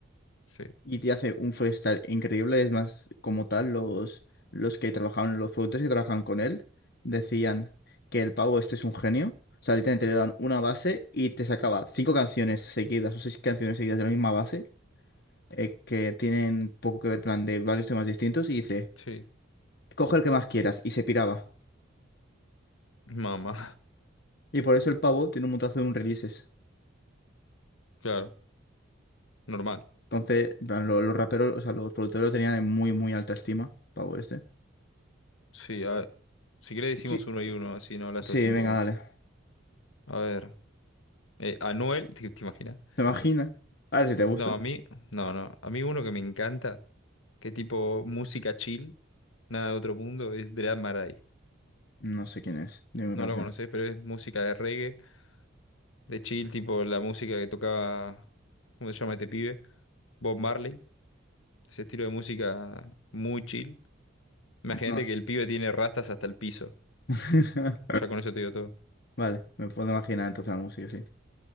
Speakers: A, on the left (about 80°); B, on the left (about 50°).
A: Sí,
B: y te hace un freestyle increíble. Es más, como tal, los, los que trabajaban, los productores que trabajan con él, decían que el pavo este es un genio. O sea, literalmente le dan una base y te sacaba cinco canciones seguidas o seis canciones seguidas de la misma base, eh, que tienen poco que ver, plan, de varios temas distintos, y dice,
A: sí.
B: coge el que más quieras, y se piraba.
A: Mamá,
B: Y por eso el pavo tiene un montazo de un releases.
A: <laughs> claro, normal.
B: Entonces, en plan, lo- los raperos, o sea, los productores lo tenían en muy, muy alta estima, pavo este.
A: Sí, a ver. Si querés decimos
B: Yo-
A: uno y uno, así no hablas
B: Sí,
A: todo el tiempo
B: venga,
A: vos.
B: dale.
A: A ver. Eh, Anuel, <laughs> ¿te, te imaginas?
B: ¿Te imaginas? A ver si te gusta.
A: No, a mí, no, no. A mí uno que me encanta, que tipo música chill, nada de otro mundo, es Dread Marai.
B: No sé quién es. Dime
A: No
B: canción.
A: lo conocés, pero es música de reggae, de chill, tipo la música que tocaba, ¿cómo se llama este pibe? Bob Marley. Ese estilo de música muy chill. Imagínate
B: No.
A: que el pibe tiene rastas hasta el piso.
B: <laughs>
A: Ya con eso te digo todo.
B: Vale, me puedo imaginar entonces la música, sí.